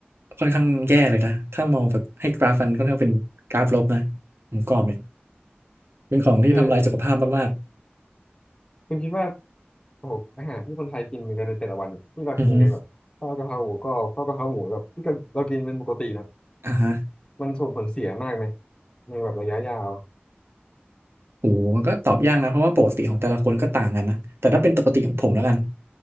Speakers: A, on the right; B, on the left.
A: ค่อนข้างแย่เลยนะถ้ามองแบบให้กราฟมันค่อนข้างเป็นกราฟลบนะหมกรอบเนี่ยเป็นของที่ทำลายสุขภาพมาก
B: <laughs> คือคุณคิดว่า โอ้โหอาหารที่คนไทยกินกันในแต่ละวันเนี่ยที่เรากินกันแบบข้าวกะเพราหมูก็ข้าวกะเพราหมูแบบที่เรากินเป็นปกตินะ
A: ๆอือฮึอ่าฮะ
B: มันส่งผลเสียมากไหมในแบบระยะยาว
A: โอ้โหมันก็ตอบยากนะเพราะว่าปกติของแต่ละคนก็ต่างกันนะแต่ถ้าเป็นปกติของผมแล้วกัน
B: อืมอืม